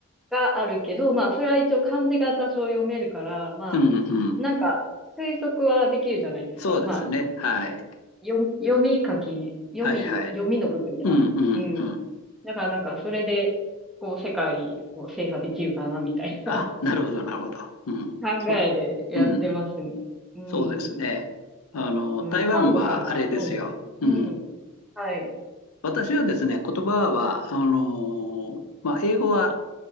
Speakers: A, in the centre; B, on the left.
A: があるけど、まあ、それは一応漢字が多少読めるから、まあ、
B: うん、うん。
A: なんか推測はできるじゃないですか。
B: そうですね。
A: まあ、
B: はい。
A: 読、読み書き、読みの、
B: はい、はい。
A: 読みの部分では。
B: うん、うん、
A: うん。
B: うん。
A: だからなんかそれで、こう世界を制覇できるかなみたいな。
B: あ、なるほど、なるほど。うん、
A: 考えでやってますね。
B: そう、うん、
A: うん。
B: そうですね。あの、
A: うん、
B: 台湾はあれですよ。
A: 感動さんはどうですかうん。
B: うん。
A: はい。
B: 私はですね、言葉は、あの、まあ、英語は